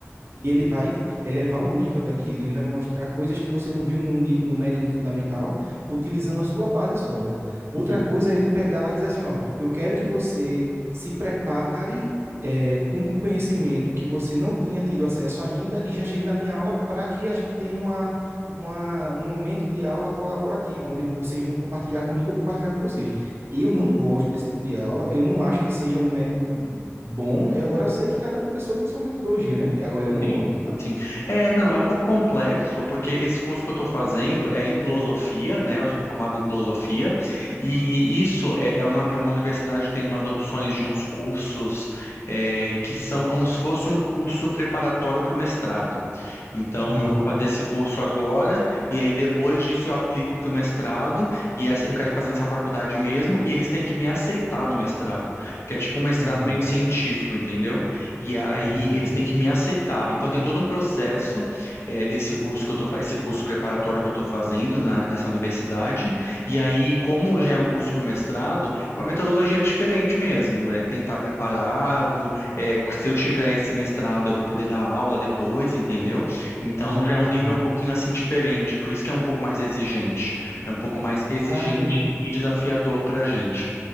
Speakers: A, on the right; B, on the left.
A: e ele vai elevar o nível daquilo, ele vai mostrar coisas que você não viu no, ni- no médio e no fundamental, utilizando a sua base sólida. Outra
B: uhum.
A: coisa é ele pegar lá e dizer assim, ó, eu quero que você se prepare é, com conhecimento que você não tinha tido acesso ainda e já chegue na minha aula para que a gente tenha uma, uma, um momento de aula colaborativo, onde vocês vão compartilhar comigo e eu compartilhar com vocês. Eu não gosto desse tipo de aula, eu não acho que seja um método bom. Eu agora eu sei que cada professor tem sua metodologia, né? E Agora eu não
B: Sim,
A: gosto.
B: sim. É, não, é um pouco complexo, porque esse curso que eu estou fazendo é em filosofia, né? Eu sou formado em filosofia, e isso é, é uma, é uma universidade que tem umas opções de uns cursos é, que são como se fosse um curso preparatório para o mestrado. Então,
A: Hum,
B: eu vou fazer esse curso agora, e aí depois disso eu aplico para o mestrado, e essa, eu quero fazer nessa faculdade mesmo, e eles têm que me aceitar no mestrado, que é tipo um mestrado
A: entendi.
B: meio científico, entendeu? E aí
A: Uhum.
B: eles têm que me aceitar. Então tem todo um processo eh, desse curso que eu tô, fa- esse curso preparatório que eu estou fazendo na- nessa universidade. E aí, como já é um curso para o mestrado, é uma metodologia diferente mesmo. É tentar preparado. eh, se eu tiver esse mestrado, eu vou poder dar aula depois, entendeu? Então
A: Ah,
B: já
A: entendi.
B: é um nível um pouquinho assim diferente. Por isso que é um pouco mais exigente. É um pouco mais exigente
A: Ah, entendi.
B: e desafiador para a gente.